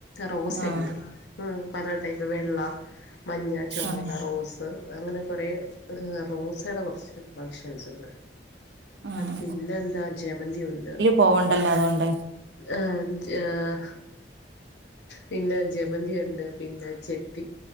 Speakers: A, on the left (about 75°); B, on the right (about 70°).
A: റോസയുണ്ട്
B: ആഹ്
A: പല ടൈപ്പ് വെള്ള മഞ്ഞ ചുമന്ന
B: ആഹ്
A: റോസ് അങ്ങനെ കുറേ റോസയുടെ കുറച്ച് ഫങ്ഷൻസ് ഇണ്ട്
B: ആ
A: പിന്നെ എന്താ ജമന്തി ഉണ്ട്
B: പോവണ്ടല്ലോ അതുകൊണ്ട്
A: ആ പിന്നെ ജമന്തി ഉണ്ട് പിന്നെ ചെത്തി